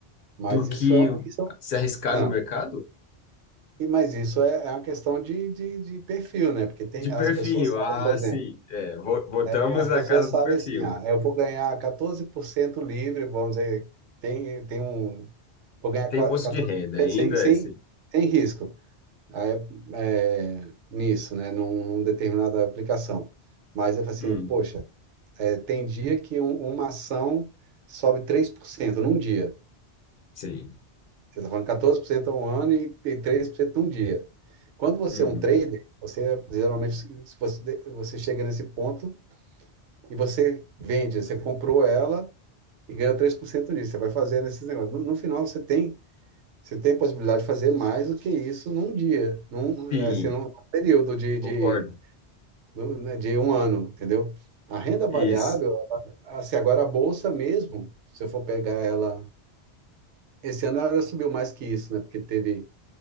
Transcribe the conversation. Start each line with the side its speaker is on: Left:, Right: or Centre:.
Right: Mas
Left: do que
Right: isso é, um, isso é um-
Left: se arriscar no
Right: ah,
Left: mercado?
Right: e mas isso é, é uma questão de, de, de perfil, né? Porque tem,
Left: De
Right: as
Left: perfil,
Right: pessoas sabem,
Left: ah,
Right: por exemplo,
Left: sim, é, vo- botamos
Right: É, as pessoas
Left: a casa
Right: sabem
Left: do perfil.
Right: assim, ah, eu vou ganhar 14% livre, vamos dizer, tem, tem um, vou ganhar
Left: Tem
Right: qua-
Left: bolsa
Right: 14%
Left: de renda ainda,
Right: sem, sem,
Left: é esse.
Right: sem risco aí, é, nisso, né, num, num determinada aplicação. Mas eu falo assim,
Left: Hum,
Right: poxa, é, tem dia que um- uma ação sobe 3% num dia.
Left: sim.
Right: Você está falando 14% a um ano e, e 3% num dia. Quando você
Left: Uhum.
Right: é um trader, você geralmente se se você, você chega nesse ponto e você vende, você comprou ela e ganha 3% nisso. Você vai fazer nesses negócios. No, no final, você tem, você tem a possibilidade de fazer mais do que isso num dia, num,
Left: Sim,
Right: eh, assim, num período de, de,
Left: concordo.
Right: do- né, de um ano, entendeu? A renda variável,
Left: Isso.
Right: assim, agora a bolsa mesmo, se eu for pegar ela, esse ano ela subiu mais que isso, né? Porque teve